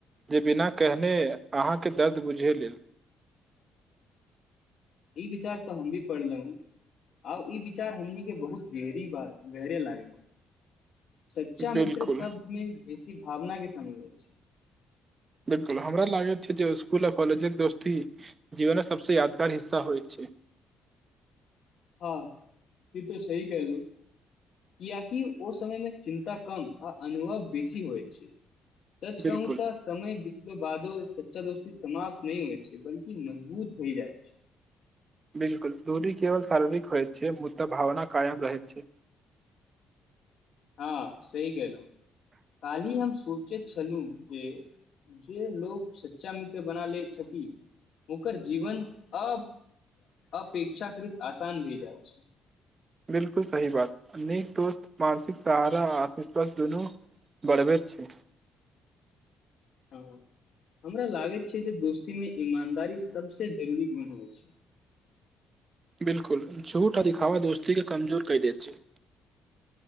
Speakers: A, on the right (about 35°); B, on the left (about 60°).
A: जे बिना कहने अहाँ अहां के दर्द बुझेय लेल
B: <inaudible> विचार त हम भी पढ़लहुं आउ ई विचार हमनीके बहुत गहरी बात गहरय लागै सच्चा
A: बिल्कुल
B: मित्र शब्दमे बेसी भावना के समय अछि
A: बिल्कुल हमरा लागैत छै जे स्कुल आ कॉलेजक दोस्ती जीवन सबसे यादगार हिस्सा होइत छै
B: हँ ई त सही कैहलु कियाकि ओ समयमे चिन्ता कम आ अनुभव बेसी होइ छै सच कहू
A: बिल्कुल
B: त समय बि तला क बादो सच्चा दोस्ती समाप्त नहीं होइ छै बल्कि मजबूत भइ जाइ छै
A: बिल्कुल दूरी केवल शारीरिक होइत छै मुद्दा भावना कायम रहैत छै
B: हँ सही कैहल‌उ कालहि हम सोचैत छलहुँ जे जे लोक सच्चा मित्र बना ले छथि ओकर जीवन अ अपेक्षाकृत आसान भए जाइत छै
A: बिल्कुल सही बात नेक दोस्त मानसिक सहारा आत्म-विश्वास दुनू बड़बैत छै
B: ओ हमरा लागैत छै जे दोस्तीमे ईमानदारी सभसँ जरूरी गुण होइ छै
A: बिल्कुल झूठ आ दिखावा दोस्ती के कमजोर कै देेत छैे